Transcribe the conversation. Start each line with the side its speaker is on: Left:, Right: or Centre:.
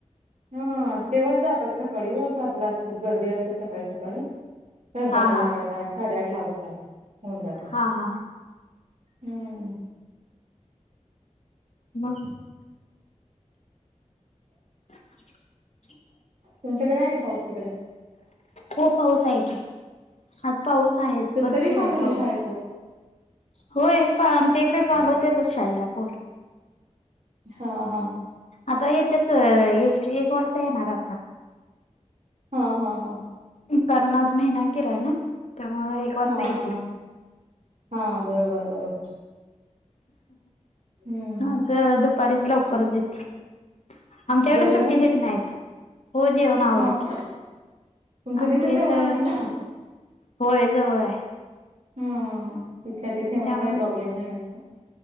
Right: हा तेव्हाच जातात सकाळी ओ सातलाच खूप गर्दी असते सकाळी सकाळी, स्वयंपाकाला
Left: हा हा
Right: लागायला आठ साडेआठ लागून जाता होऊन जातात
Left: हा हा ह
Right: हम्म.
Left: मग? <unintelligible>
Right: तुमच्याकडे आहे का पाऊस तिकडे?
Left: हो पाऊस आहे की आज पाऊस आहेच.
Right: तरी
Left: भरपूर
Right: पाठवले
Left: आहे पाऊस
Right: शाळेत पोर.
Left: होय प आमच्या इकडे घालवत्यातच शाळेला पोर.
Right: हा हा.
Left: आता येत्याच एक एक वाजता येणार आता.
Right: हा हा हा.
Left: कारण आज महिना आखिर आहे ना, त्यामुळं आज एक वाजता
Right: हा
Left: येतील.
Right: हा हा बरोबर बरोबर. हम्म
Left: आज दुपारीच लवकरच येतील. आमच्याकडं
Right: जेवण
Left: सुट्टी
Right: झाले
Left: देत नाहीत. हो जेवण आवरल
Right: हा हा
Left: की.
Right: तुमचं
Left: आमच्या
Right: तिथे
Left: इथं
Right: जवळ आहे ना
Left: होय जवळाय.
Right: हम्म तिथल्या तिथे
Left: त्यामुळे
Right: मग काही प्रॉब्लेम नाही असं.